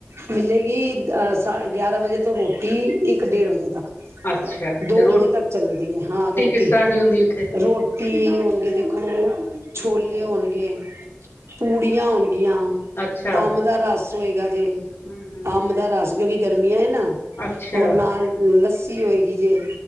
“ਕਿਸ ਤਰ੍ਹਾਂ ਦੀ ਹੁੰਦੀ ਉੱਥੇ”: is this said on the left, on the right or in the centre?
Left